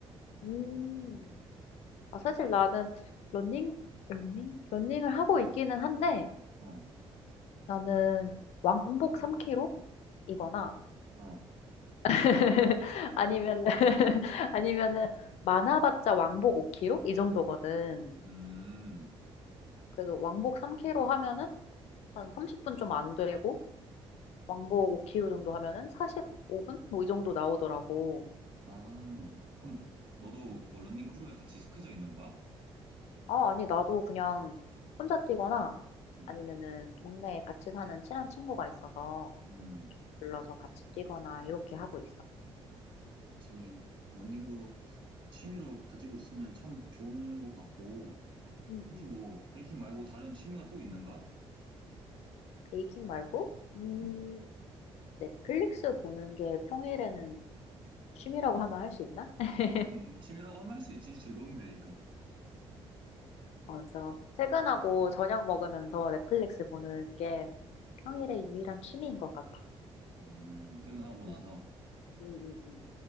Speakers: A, on the left (about 85°); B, on the right (about 50°).
A: 음. 아, 사실 나는 러닝, 러닝? 러닝을 하고 있기는 한데,
B: 어,
A: 나는 왕복 3km? 이거나
B: 어,
A: <laughs> 아니면 <laughs> 아니면은 많아봤자 왕복 5km? 이 정도거든.
B: 음,
A: 그래서 왕복 3km 하면은 한 30분 좀 안 되고 왕복 5km 정도 하면은 45분? 뭐 이 정도 나오더라고.
B: 아, 그럼 너도 뭐 러닝 크루에 같이 속해져 있는 거야?
A: 아, 아니 나도 그냥 혼자 뛰거나
B: 음,
A: 아니면은 동네에 같이 사는 친한 친구가 있어서
B: 음,
A: 불러서 같이 뛰거나 이렇게 하고 있어.
B: 그치. 러닝도 취미로 가지고 있으면 참 좋은 것 같고,
A: 음,
B: 혹시
A: 음.
B: 뭐 베이킹 말고 다른 취미가 또 있는가?
A: 베이킹 말고? 음,
B: 음,
A: 넷플릭스 보는 게 평일에는 취미라고
B: 음,
A: 하면 할 수 있나? <laughs>
B: 음, 취미라고 하면 할 수 있지. 즐거움이 되니까.
A: 어, 그래서 퇴근하고 저녁 먹으면서 넷플릭스 보는 게 평일의 유일한 취미인 것 같아.
B: 음, 퇴근하고 나서.
A: 음, 음, 음. 음.